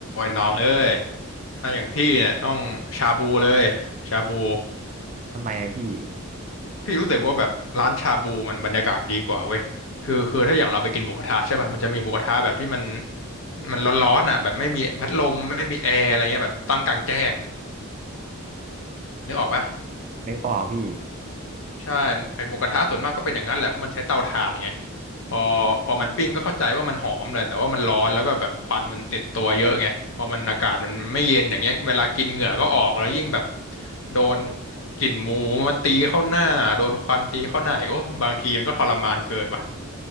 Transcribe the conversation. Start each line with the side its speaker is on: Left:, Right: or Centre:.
Left: น้องเอ้ยถ้าอย่างพี่เนี่ยต้องชาบูเลยชาบู
Right: ทำไมอะพี่
Left: พี่รู้สึกว่าแบบร้านชาบูมันบรรยากาศดีกว่าเว้ยคือคือถ้าอย่างเราไปกินหมูกระทะใช่ป่ะมันจะมีหมูกระทะแบบที่มันมันร้อนๆอ่ะแบบไม่มีพัดลมไม่มีแอร์อะไรเงี้ยแบบตั้งกลางแจ้งนึกออกป่ะ
Right: นึกออกพี่
Left: ใช่ไอหมูกระทะส่วนมากก็เป็นอย่างนั้นแหละเพราะมันใช้เตาถ่านไง พอพอมันปิ้งก็เข้าใจว่ามันหอมแหละแต่ว่ามันร้อนแล้วก็แบบควันมันติดตัวเยอะไงพอมันอากาศมันไม่เย็นอย่างเงี้ยเวลากินเหงื่อก็ออกแล้วยิ่งแบบโดนกลิ่นหมูมาตีเข้าหน้าโดนควันตีเข้าหน้าอีกโอ้บางทีมันก็ทรมานเกินว่ะ